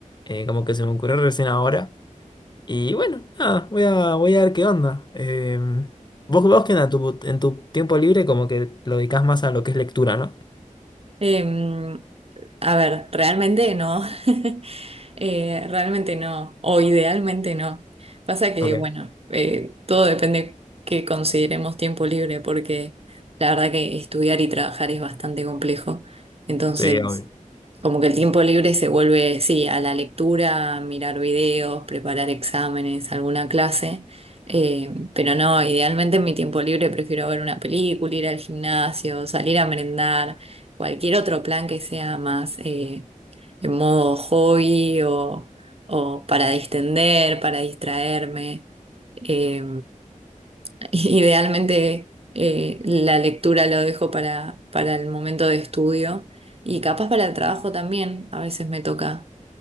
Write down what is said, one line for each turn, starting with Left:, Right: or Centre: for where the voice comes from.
Left: Eh, como que se me ocurrió recién ahora. Y bueno, nada, voy a, voy a ver qué onda. Eh, vos, vos que en tu, en tu tiempo libre como que lo dedicás más a lo que es lectura, ¿no?
Right: Em, A ver, realmente no. <laughs> Eh, realmente no. O idealmente no. Pasa que,
Left: Ok.
Right: bueno, eh, todo depende que consideremos tiempo libre, porque la verdad que estudiar y trabajar es bastante complejo. Entonces,
Left: Sí, obvio.
Right: como que el tiempo libre se vuelve, sí, a la lectura, mirar videos, preparar exámenes, alguna clase. Eh, pero no, idealmente en mi tiempo libre prefiero ver una película, ir al gimnasio, salir a merendar, cualquier otro plan que sea más eh, en modo hobby o, o para distender, para distraerme. Eh, <laughs> Idealmente eh, la lectura lo dejo para, para el momento de estudio y capaz para el trabajo también. A veces me toca,